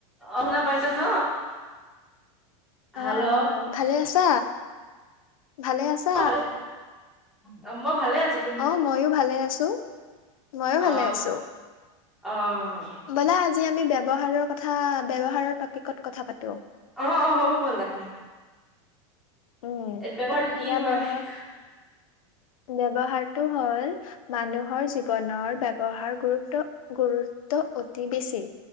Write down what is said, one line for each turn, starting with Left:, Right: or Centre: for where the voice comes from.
Centre: শুনা পাইছা ন?
Left: অ
Centre: হেল্ল'।
Left: অ ভালে আছা। ভালে আছা
Centre: ক'ত হা মই ভালে আছোঁ।
Left: অ', মইও ভালো আছোঁ, মইও ভালে
Centre: অ
Left: আছোঁ।
Centre: অ'।
Left: ব'লা আজি আমি ব্যয়ৱহাৰৰ কথা ব্যয়ৱহাৰৰ টপিকত কথা পাতো।
Centre: অ', অ', হ'ব বল লা।
Left: উম
Centre: এতিয়া বাৰু
Left: এতিয়া
Centre: কি হয়
Left: ব্যৱ
Centre: <unintelligible>
Left: ব্যৱহাৰটো হ'ল মানুহৰ জীৱ বনৰ ব্যৱহাৰ গুৰুত্ব, গুৰুত্ব অতি বেছি।